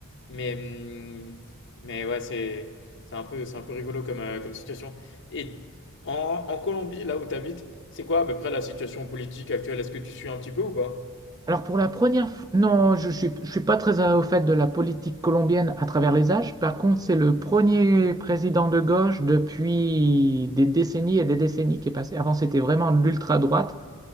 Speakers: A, on the left; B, on the right.
A: Mais, hum, mais ouais, c'est c'est un peu, c'est un peu rigolo comme, euh, comme situation. Et en, en Colombie, là où tu habites, c'est quoi à peu près la situation politique actuelle? Est-ce que tu suis un petit peu ou pas?
B: Alors pour la première fois, non, je ne suis, je suis pas très euh, au fait de la politique colombienne à travers les âges. Par contre, c'est le premier président de gauche depuis des décennies et des décennies qui est passé. Avant, c'était vraiment l'ultra-droite,